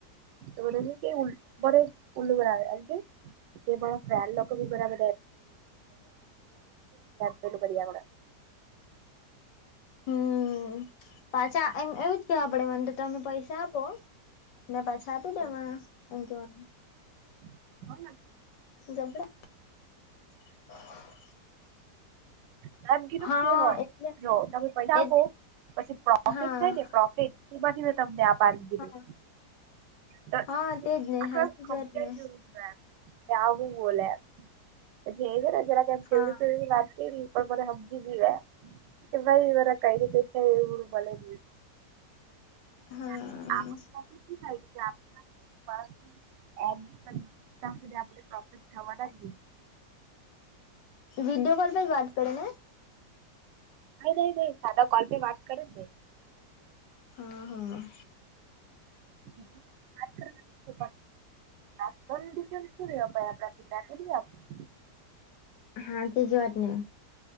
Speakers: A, on the right (about 85°); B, on the left (about 80°).
A: તો મને કે બડ ઉલું બનાવે એ કે મારા ફેન્ડ લોકો ગના બધા <unintelligible>
B: હમ પાછા એમ એવું જ કેવા પડે મને તો તમે પૈસા આપ ફ ને પાછા આપી દેવા એમ કેવાનું.
A: <unintelligible>
B: <unintelligible> <inaudible>
A: મેમ કીધું
B: હા
A: કે હ
B: એટલે
A: જો તમે પૈસા આપો
B: એટલે
A: પછી પ્રોફિટ
B: હા
A: થાય ને પ્રોફિટ એમાંથી તમને આપ નું કીધું
B: હા
A: તો એ
B: હા તેજ ને
A: આખ
B: હાચી
A: <unintelligible>
B: જ વાત ને
A: આ હું બોલે પછી એ ને જરા <unintelligible>
B: હા
A: સુધની વાત પણ મને સમજી ગયા કે ભાઈ મારા કઈ કઈ થાય એવું મને <inaudible>
B: હા
A: <unintelligible> ત્યા સુધી પ્રોફિટ થવાના
B: વિડિયો કોલ પર વાત કરે ને.
A: નહી નહી ન સાદા કોલ પે વાત કરે જ ને.
B: હમ હમ.
A: <inaudible> <unintelligible>
B: હાચી વાત ને